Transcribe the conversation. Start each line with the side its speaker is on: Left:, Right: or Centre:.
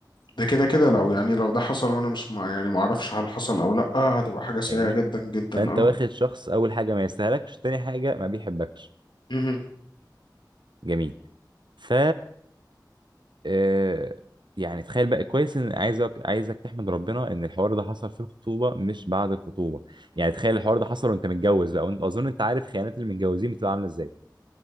Left: ده كده كده لو يعني لو ده حصل وانا مش مع يعني ما اعرفش هل حصل او لا هتبقى حاجه سيئه
Right: فاهمني
Left: جدا جدا
Right: فانت
Left: اه
Right: واخد شخص اول حاجه ما يستاهلكش تاني حاجه ما بيحبكش
Left: مهم.
Right: جميل ف آه، يعني تخيل بقى كويس ان عايزك عايزك تحمد ربنا ان الحوار ده حصل في الخطوبه مش بعد الخطوبه يعني تخيل الحوار ده حصل وانت متجوز بقى وانت اظن انت عارف خيانات المتجوزين بتبقى عامله ازاي